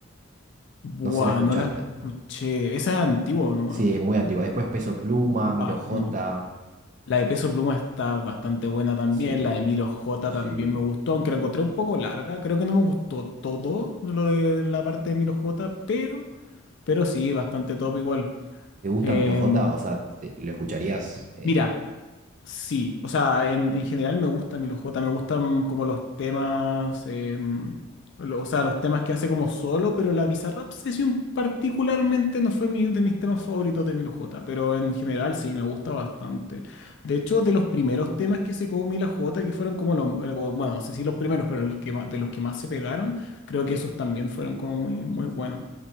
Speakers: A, on the left (about 55°); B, on the right (about 35°).
A: Buah,
B: No sé si la escuchaste.
A: no la escuché. Esa es antigua, ¿o ¿no?
B: Sí, es muy antigua. Después Peso Pluma,
A: Va,
B: Milo J.
A: no. La de Peso Pluma está bastante buena también.
B: Sí.
A: La de Milo J
B: Sí.
A: también me gustó, aunque la encontré un poco larga. Creo que no me gustó todo lo de la parte de Milo J, pero, pero sí, bastante top igual.
B: ¿Te gusta
A: Em,
B: Milo J? O sea, te- ¿lo escucharías? Eh,
A: mira, Sí, o sea, en, en general me gusta Milo J, me gustan como los temas, eh, lo- o sea, los temas que hace como solo, pero la Bizarrap Session particularmente no fue mi- de mis temas favoritos de Milo J, pero en general sí, me gusta bastante. De hecho, de los primeros temas que sacó Milo J, que fueron como los, eh, o- bueno, no sé si los primeros, pero el que ma- de los que más se pegaron, creo que esos también fueron como muy, muy buenos.